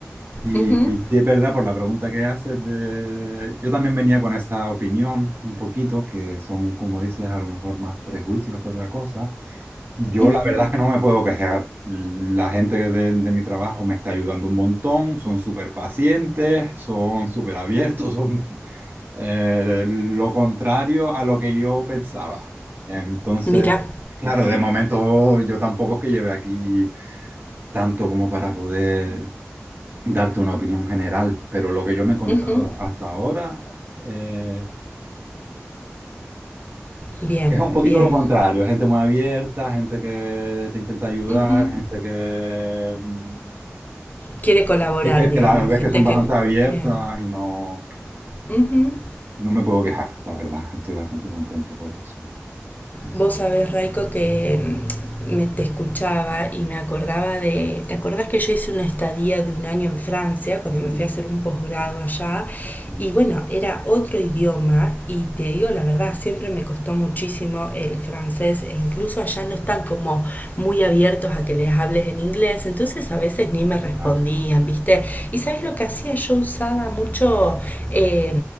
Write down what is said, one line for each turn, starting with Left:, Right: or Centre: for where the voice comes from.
Right: Y,
Left: Ujú,
Right: y sí es verdad, por la pregunta que haces, de... yo también venía con esa opinión un poquito, que son, como dices, a lo mejor más prejuicios que otra cosa. Yo
Left: ujú.
Right: la verdad es que no me puedo quejar. La gente de, de mi trabajo me está ayudando un montón, son súper pacientes, son súper abiertos, eh, lo contrario a lo que yo pensaba. Entonces,
Left: Mira,
Right: claro, de momento yo tampoco es que lleve aquí tanto como para poder darte una opinión general, pero lo que yo me he encontrado
Left: Ujú.
Right: hasta ahora eh,
Left: Bien,
Right: es un poquito
Left: bien.
Right: lo contrario, gente muy abierta, gente que te intenta ayudar,
Left: Ujú.
Right: gente que, mm,
Left: Quiere colaborar,
Right: que, que
Left: digamos.
Right: la ves
Left: Gente
Right: que son bastante
Left: que.
Right: abiertas
Left: Bien.
Right: y no,
Left: Ujú.
Right: no me puedo quejar, la verdad, estoy bastante contento por eso. Sí, sí,
Left: Vos sabés, Raiko, que mm, me te escuchaba y me acordaba de. ¿Te acordás que yo hice una estadía de un año en Francia cuando me
Right: sí,
Left: fui a hacer un posgrado allá?
Right: sí,
Left: Y bueno, era otro idioma y te digo la verdad, siempre me costó muchísimo el francés e incluso allá no están como muy abiertos a que les hables en inglés, entonces a veces ni me respondían,
Right: ¿verdad?
Left: ¿viste? Y ¿sabes lo que hacía? Yo usaba mucho eh,